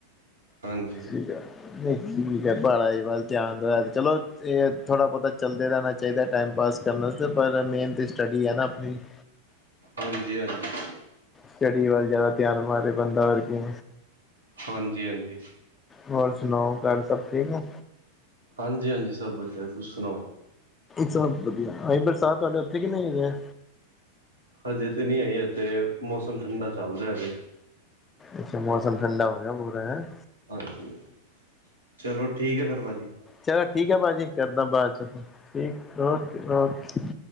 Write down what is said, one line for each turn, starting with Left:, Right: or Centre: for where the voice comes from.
Right: ਹਾਂਜੀ,
Left: ਠੀਕ ਨਹੀਂ ਠੀਕ ਹੈ, ਘਰ ਆਲੀ ਵੱਲ ਧਿਆਨ ਦਿਓ ਤੇ ਚਲੋ। ਇਹ ਥੋੜ੍ਹਾ ਬਹੁਤਾ ਚੱਲਦਾ ਰਹਿਣਾ ਚਾਹੀਦਾ ਟਾਈਮ ਪਾਸ ਕਰਨ ਵਾਸਤੇ, ਪਰ ਮੇਨ ਤਾਂ ਸਟੱਡੀ ਹੈ ਨਾ ਆਪਣੀ <inaudible>
Right: ਹਾਂਜੀ- ਹਾਂਜੀ,
Left: ਸਟੱਡੀ ਵੱਲ ਜ਼ਿਆਦਾ ਧਿਆਨ ਮਾਰੇ ਬੰਦਾ, ਹੋਰ ਕੀ,
Right: ਹਾਂਜੀ- ਹਾਂਜੀ,
Left: ਹੋਰ ਸੁਣਾਓ ਘਰ ਸਭ ਠੀਕ ਆ?
Right: ਹਾਂਜੀ ਹਾਂਜੀ ਸਭ ਵਧੀਆ ਤੁਸੀਂ ਸੁਣਾਓ
Left: ਸਭ ਵਧੀਆ ਆਈ ਬਰਸਾਤ ਤੁਹਾਡੇ ਉੱਥੇ ਕਿ ਨਹੀਂ ਹਜੇ।
Right: ਹਜੇ ਤਾਂ ਨਹੀਂ ਆਈ ਐਥੇ, ਮੌਸਮ ਠੰਡਾ ਚੱਲ ਰਿਹਾ ਹਜੇ।
Left: ਅੱਛਾ ਮੌਸਮ ਠੰਡਾ ਹੋ ਗਿਆ ਪੂਰਾ ਹੈ।
Right: ਹਾਂਜੀ, ਚਲੋ ਠੀਕ ਹੈ ਫਿਰ ਭਾਜੀ,
Left: ਚਲ ਠੀਕ ਹੈ ਭਾਜੀ, ਕਰਦਾ ਬਾਅਦ 'ਚ ਠੀਕ ਓਕੇ -ਓਕੇ,